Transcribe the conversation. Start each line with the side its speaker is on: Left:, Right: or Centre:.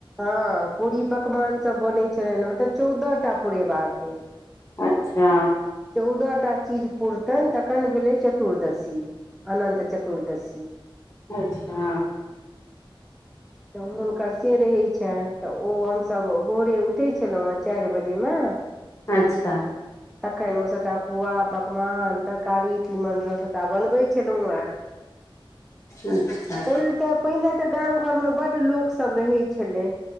Centre: हँ पूरी पकवान सब बनैत छलनि मतलब चौदह टा पुरेबाक अइ
Left: अच्छा
Centre: चौदह टा चीज पुरतनि तखन भेलै चतुर्दशी अनन्त चतुर्दशी
Left: अच्छा
Centre: तऽ हुनकर से रहैत छनि तऽ ओ हमसभ भोर उठे छलहुँ हँ चारि बजेमे
Left: अच्छा
Centre: तखन ओ सबटा पुआ पकवान तरकारी तीमन सब सबटा बनवे छलौ हे
Left: अच्छा
Centre: एहिल तऽ पहिले तऽ गाम घर मे बड लोक सब रहै छले